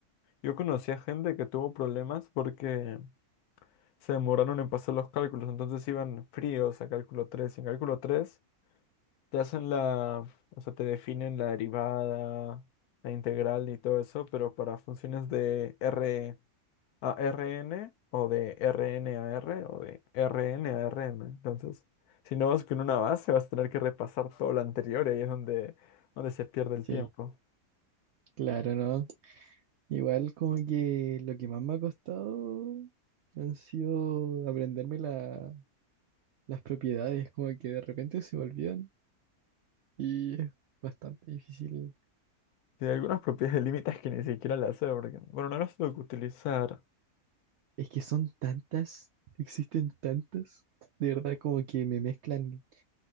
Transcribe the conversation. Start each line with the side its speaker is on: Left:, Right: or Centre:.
Left: Yo conocía gente que tuvo problemas porque se demoraron en pasar los cálculos, entonces iban fríos a cálculo 3 y en cálculo 3 Te hacen la, o sea, te definen la derivada, la integral y todo eso, pero para funciones de R a Rn o de Rn a R o de Rn a Rm. Entonces, si no vas con una base, vas a tener que repasar todo lo anterior y ahí es donde, donde se pierde
Right: Sí,
Left: el tiempo.
Right: claro, ¿no? Igual como que lo que más me ha costado han sido aprenderme la- las propiedades, como que de repente se me olvidan y es bastante difícil.
Left: Y hay algunas propiedades de límites que ni siquiera las sé, porque, bueno, no las tengo que utilizar.
Right: Es que son tantas, existen tantas, de verdad como que me mezclan,